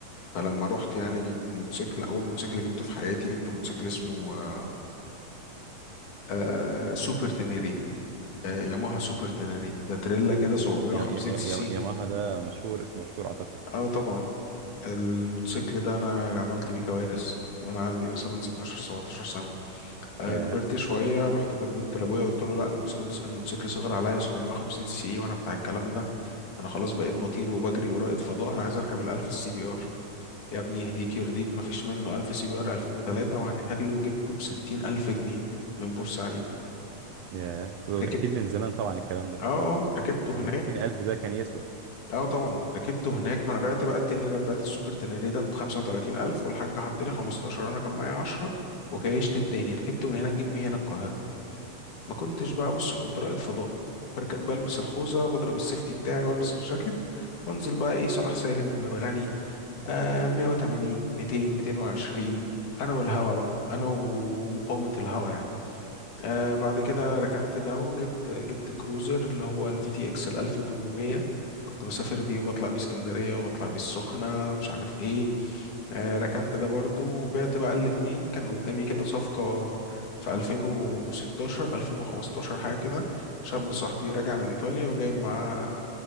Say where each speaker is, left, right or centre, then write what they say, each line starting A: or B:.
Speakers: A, on the left (about 65°); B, on the right (about 70°).
A: فلما رحت يعني اجيب موتوسيكل اول موتوسيكل جبته في حياتي جبت موتوسيكل اسمه آه، آه، سوبر تينيري آه، ياماها سوبر تينيري ده تريلا كده 750
B: يا يا يا
A: سي
B: يا
A: سي
B: ياماها ده مشهور اسمه مشهور أعتقد
A: اه طبعا الموتوسيكل ده انا عملت بيه كوارث وانا عندي مثلا 16 17 سنه آه،
B: ياه
A: كبرت شويه رحت دبدبت لابويا قلت له لا الموتوسيكل الموتوسيكل صغير عليا 750 سي سي وانا بتاع الكلام ده انا خلاص بقيت بطير وبجري ورائد فضاء انا عايز اركب ال 1000 السي بي ار يا ابني يهديك يرضيك ما فيش منه 1000 سي بي ار 2003 وهنحله وجبته ب 60000 جنيه من بورسعيد
B: ياه وأكيد
A: ركبت
B: من زمان طبعا الكلام ده
A: اه اه ركبته
B: يعني
A: هناك
B: ستين ألف ده كان يسوى
A: اه طبعا ركبته هناك ما انا بعت بقى التاني ده، بعت السوبر تنري ده ب 35000 والحاج حط لي 15 انا كان معايا 10 وكيشت التاني ركبته من هناك جيب بيه هنا القاهره ما كنتش بقى بص كنت رائد فضاء بركب بلبس الخوذه بضرب السيفتي بتاعي والبس الجاكيت وانزل بقى ايه صلاح سالم المرغني آه 180 200 220 انا والهوا بقى انا ومقاومه الهوا يعني آه بعد كده ركنت ده وجبت جبت كروزر اللي هو الفي تي اكس ال 1800 كنت بسافر بيه وبطلع بيه اسكندرية وبطلع بيه السخنة مش عارف ايه آه ركنت ده برضو وبعت بقى الاتنين كان قدامي كده صفقة في 2016 2015 حاجة كده شاب صاحبي راجع من إيطاليا وجايب معاه